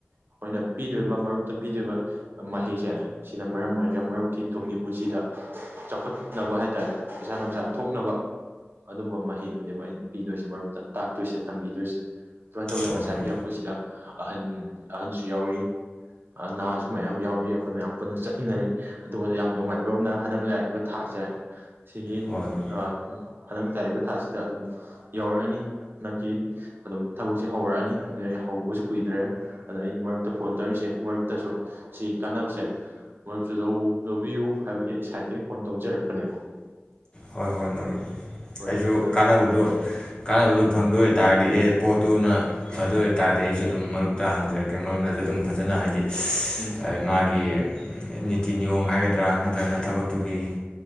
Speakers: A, on the right; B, on the left.
A: ꯑꯩꯈꯣꯏꯅ ꯄꯤꯗꯣꯏꯔꯤꯕ ꯃꯔꯨꯞꯇ ꯄꯤꯗꯣꯏꯔꯤꯕ ꯃꯍꯩꯁꯦ ꯁꯤꯅ ꯃꯔꯝ ꯑꯣꯏꯔꯒ ꯃꯔꯨꯞꯀꯤ ꯇꯨꯡꯒꯤ ꯄꯨꯟꯁꯤꯗ ꯆꯥꯎꯈꯠꯅꯕ ꯍꯥꯏꯇꯥꯔꯦ ꯄꯩꯁꯥ ꯅꯨꯡꯁꯥ ꯊꯣꯛꯅꯕ ꯑꯗꯨꯝꯕ ꯃꯍꯩꯗꯨꯅꯦꯕ ꯑꯩꯅ ꯄꯤꯗꯣꯏꯁꯦ ꯃꯔꯨꯞꯇ ꯇꯥꯛꯇꯣꯏꯁꯦ ꯇꯝꯕꯤꯗꯣꯏꯁꯦ ꯑꯗꯨꯃꯥꯏꯅ ꯇꯧꯗꯅ
B: ꯍꯣꯏ
A: ꯉꯁꯥꯏꯒꯤ
B: ꯍꯣꯏ
A: ꯑꯩꯈꯣꯏ ꯁꯤꯗ ꯑꯍꯟ ꯑꯍꯟꯁꯨ ꯌꯥꯎꯔꯤ ꯑ ꯅꯍꯥꯁꯨ ꯃꯌꯥꯝ ꯌꯥꯎꯔꯤ ꯑꯩꯈꯣꯏ ꯃꯌꯥꯝ ꯄꯨꯟꯅ ꯆꯠꯃꯤꯟꯅꯔꯤ ꯑꯗꯨꯒ ꯌꯥꯝ ꯅꯨꯡꯉꯥꯏꯕ ꯑꯃꯅ ꯍꯟꯗꯛ ꯂꯥꯛꯏꯕ ꯊꯥꯁꯦ ꯁꯤꯒꯤ
B: ꯍꯣꯏ ꯍꯣꯏ
A: ꯑ ꯍꯟꯗꯛ ꯇꯥꯏꯕ ꯊꯥꯁꯤꯗ ꯑꯗꯨꯝ ꯌꯥꯎꯔꯛꯑꯅꯤ ꯍꯅꯛꯀꯤ ꯑꯗꯨꯝ ꯊꯕꯛꯁꯦ ꯍꯧꯔꯛꯑꯅꯤ ꯑꯗꯨꯅ ꯑꯩ ꯍꯧꯕꯁꯨ ꯀꯨꯏꯗ꯭ꯔꯦ ꯑꯗ ꯑꯩꯅ ꯃꯔꯨꯞꯇ ꯐꯣꯟ ꯇꯧꯔꯤꯁꯦ ꯃꯔꯨꯞꯇꯁꯨ ꯁꯤ ꯀꯥꯟꯅꯕꯁꯦ ꯃꯔꯨꯞꯁꯨ ꯂꯧ ꯂꯧꯕꯤꯌꯨ ꯍꯥꯏꯕꯒꯤ ꯑꯩ ꯁꯥꯏꯠꯇꯒꯤ ꯐꯣꯟ ꯇꯧꯖꯔꯛꯄꯅꯦꯕ
B: ꯍꯣꯏ ꯍꯣꯏ ꯃꯔꯨꯞ
A: ꯍꯣꯏ
B: ꯑꯩꯁꯨ
A: ꯑꯗꯨꯅ
B: ꯀꯥꯟꯅꯕꯗꯨ ꯀꯥꯟꯅꯕꯗꯨ ꯐꯪꯗꯣꯏ ꯑꯣꯏ ꯇꯥꯔꯗꯤ ꯑꯦ ꯄꯣꯠꯇꯨꯅ ꯐꯗꯣꯏ ꯑꯣꯏ ꯇꯥꯔꯗꯤ ꯑꯩꯁꯨ ꯗꯨ ꯑꯗꯨꯝ ꯃꯔꯨꯞꯛꯇ ꯍꯪꯖꯔꯛꯀꯦ ꯃꯔꯨꯝꯅ ꯗꯨ ꯗꯨꯝ ꯐꯖꯅ ꯍꯥꯏꯗꯤ
A: ꯎꯝ
B: ꯑꯩ ꯃꯥꯒꯤ ꯅꯤꯇꯤ ꯅꯤꯌꯣꯝ ꯍꯥꯏꯒꯗ꯭ꯔꯥ ꯅꯠꯇ꯭ꯔꯅ ꯊꯕꯛꯇꯨꯒꯤ